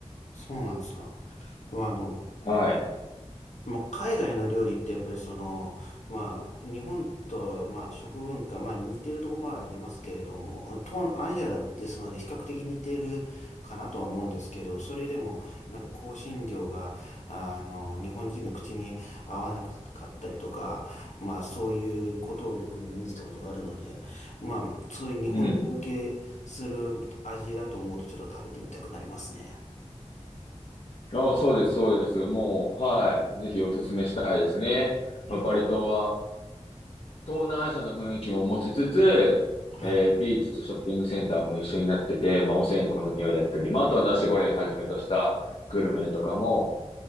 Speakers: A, on the left; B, on the left.
A: そうなんですか。まあ、あの、
B: はい。
A: まあ、海外の料理ってやっぱりその、まあ、日本と、まあ、食文化、まあ、似てるところもありますけれども、東南アジアですので比較的似てるかなとは思うんですけど、それでも、なんか香辛料が、あの、日本人の口に合わなかったりとか、まあ、そういうことをよく耳にしたことがあるので、まあ、そういう日本人受けする味だと思うとちょっと食べてみたくなりますね。
B: うん。ああ、そうです、そうです。もう、はい。ぜひおすすめしたいですね。
A: はい。
B: まあ、バリ島は東南アジアの雰囲気も持ちつつ、
A: はい。
B: えービーチとショッピングセンターも一緒になってて、まあ、お線香の匂いだったり、まあ、あとはナシゴレンはじめとしたグルメとかも、